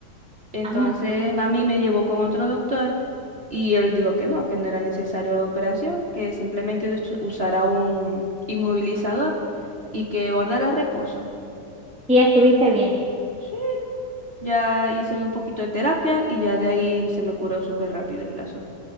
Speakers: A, on the right; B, in the centre.
A: Entonces
B: Ajá,
A: mami me llevó con otro doctor y él dijo que no, que no era necesaria la operación, que simplemente us- usara un inmovilizador y que guardara reposo.
B: y estuviste bien.
A: Sí, ya hice un poquito de terapia y ya de ahí se me curó súper rápido el brazo.